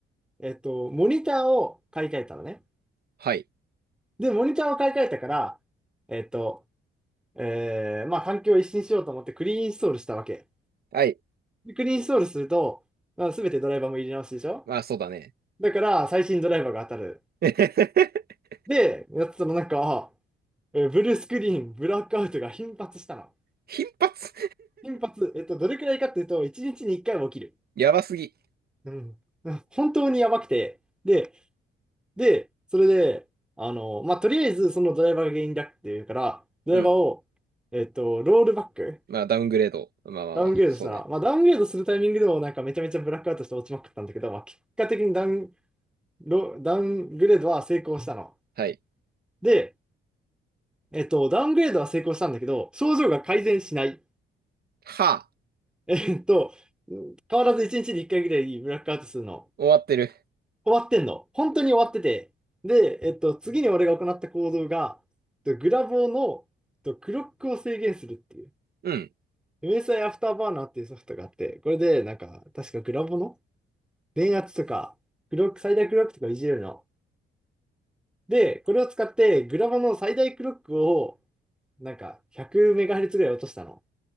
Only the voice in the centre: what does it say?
えっと、モニターを買い替えたのね。
で、モニターを買い替えたから、えっと、えーまあ、環境を一新しようと思ってクリーンインストールしたわけ。
でクリーンインストールすると、まあ、全てドライバーも入れ直しでしょ
だから、最新ドライバーが当たる。
で、やってたらなんか、あえブルースクリーン、ブラックアウトが頻発したの。
頻発、えっと、どれくらいかっていうと、1日に1回は起きる。
うん。うん本当にやばくて。で、で、それで、あの、まあ、とりあえずそのドライバーが原因だっていうから、ドライバーを、
えっと、ロールバック、
ダウングレードしたら、
まあ、ダウングレードするタイミングでもなんかめちゃめちゃブラックアウトして落ちまくったんだけど、まあ、結果的にダウン、ロ、ダウングレードは成功したの。
で、えっと、ダウングレードは成功したんだけど、症状が改善しない。
えっと、変わらず1日に1回ぐらいブラックアウトするの。
終わってんの。本当に終わってて。で、えっと、次に俺が行った行動が、えっとグラボーの、えっと、クロックを制限するっていう。
MSI アイアフターバーナーっていうソフトがあって、これで、なんか、確かグラボーの電圧とか、クロック、最大クロックとかいじれるの。で、これを使って、グラボーの最大クロックを、なんか、100MHz ぐらい落としたの。